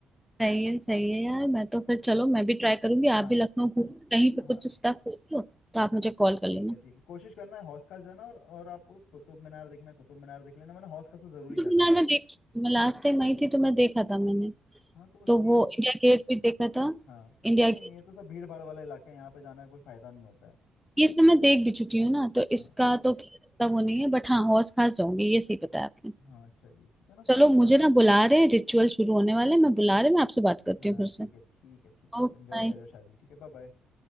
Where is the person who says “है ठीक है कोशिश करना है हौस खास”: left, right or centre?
Left